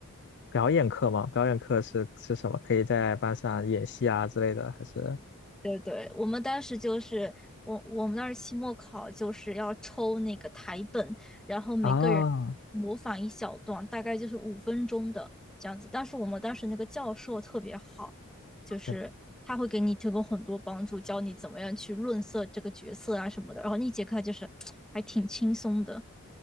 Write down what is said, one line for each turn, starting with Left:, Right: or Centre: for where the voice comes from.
Left: 表演课吗？表演课是是什么？可以在班上演戏啊之类的，还是
Centre: 对对，我们当时就是我我们当时期末考就是要抽那个台本，然后每个人模仿一小段，
Left: 啊？
Centre: 大概就是五分钟的这样子。但是我们当时那个教授特别好，就是他会给你提供很多帮助，
Left: 对，
Centre: 教你怎么样去润色这个角色啊什么的。然后那节课就是 <tsk> 还挺轻松的。